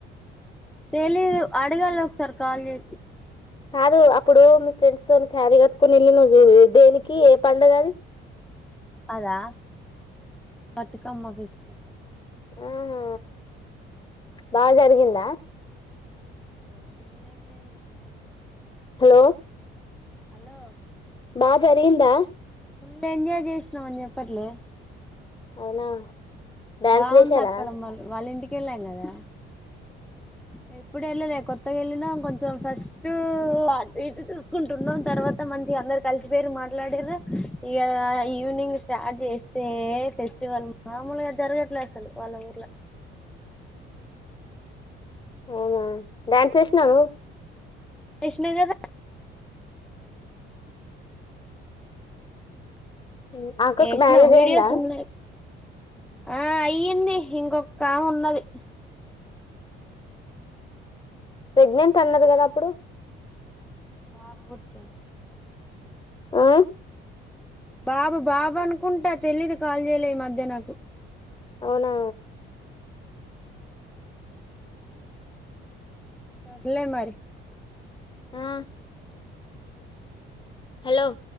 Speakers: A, in the centre; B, on the left.
A: తెలీదు అడగాలి ఒకసారి కాల్ చేసి
B: కాదు అప్పుడు మీ ఫ్రెండ్స్ తో శారీ కట్టుకొని వెళ్ళినావ్ చూడు దేనికి ఏ పండగది
A: అదా మ బతుకమ్మ ఫెస్టివల్
B: ఆహా బాగా జరిగిందా
A: మస్తు ఫుల్ ఎంజాయ్ చేసినాం అసలు
B: హలో
A: హలో
B: బా జరిగిందా
A: ఫుల్ ఎంజాయ్ చేసినావు అని చెప్పట్లే
B: అవునా డాన్స్
A: బాగుంది
B: లేసారా
A: అక్కడ మళ్ల వాళ్ళ ఇంటికి కేళ్లాం గదా ఎప్ ఎప్పుడు వెళ్ళలే కొత్తగా వెళ్ళినాం కొంచెం ఫస్టూ అటు ఇటు చూసుకుంటున్నాం తర్వాత మంచిగా అందరు కలిసిపోయిరు మాట్లాడిర్రు ఇక ఈవినింగ్ స్టార్ట్ చేస్తే ఫెస్టివల్ మామూలుగా జరగట్లే అస్సలు వాళ్ళ ఊర్లో
B: అవునా డ్యాన్స్ వేసినావు
A: ఏషినా కదా
B: నువ్వు అక్కకు
A: ఎసినావ్
B: మ్యారేజ్
A: వీడియోస్
B: అయిందా
A: ఉన్నాయ్ ఆ అయ్యింది ఇంకొ కామ ఉన్నది
B: ప్రెగ్నెంట్ అన్నది కదా అప్పుడు
A: బాబు పుట్టిండు
B: ఆ
A: బాబు బాబు అనుకుంటా తెలీదు కాల్ చేయలే ఈ మధ్య నాకు
B: అవునా
A: సర్లే మరి
B: ఆ హలో